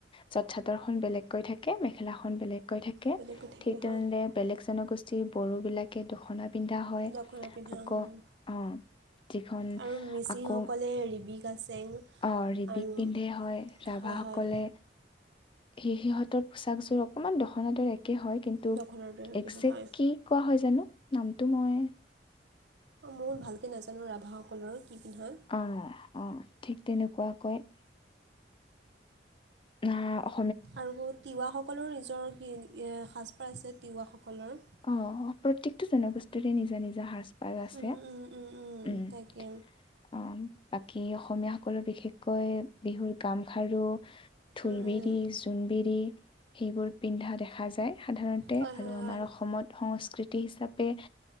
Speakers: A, on the left; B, on the right.
A: যত চাদৰ খন বেলেগকৈ থাকে। কে মেখেলাখন বেলেগকৈ থাকে
B: বেলেগ কথাকে
A: ঠিক তেনেলে
B: হয়
A: বেলেগ জনগোষ্ঠী বড়ো বিলাকে দখনাত। পিন্ধা হয়
B: দখনা পিন্ধে
A: আকৌ
B: উম।
A: অ, যিখন
B: আৰু মিচিংসকলে
A: আকৌ
B: ৰিবি গাচেং
A: অ, ৰিবিক
B: আৰু
A: পিন্ধে হয় ৰাভাসকলে
B: হয় হয়
A: সেই সিহঁতৰ পোছাকযোৰ অকমান দখনা দৰে একে হয় কিন্তু
B: দখনাৰ দৰে কি
A: একজেক্
B: হয় হয়
A: কি কোৱা হয় জানো নামটো মই
B: মোৰ ভালকৈ নাজানো ৰাভাসকলৰ কি পিন্ধে
A: অ - অ ঠিক তেনেকুৱাকৈ অ',
B: আৰু তিৱাসকলৰ নিজৰ কি সাজপাৰ আছে তিৱাসকলৰ
A: অ প্ৰত্যেকটো জনগোষ্ঠীৰে নিজা - নিজা সাজ আৰু আছে
B: উম, উম, উম,
A: উম,
B: তাকে
A: অ, বাকী অসমীয়াসকলৰ বিশেষকৈ বিহুৰ গামখাৰু। ঢোলবিৰি,
B: উম, উম।
A: জোনবিৰি সেইবোৰ পিন্ধা দেখা যায় সাধাৰণতে
B: হয়
A: আৰু
B: হয়
A: আমাৰ
B: হয়
A: অস অসমত সংস্কৃতি হিচাপে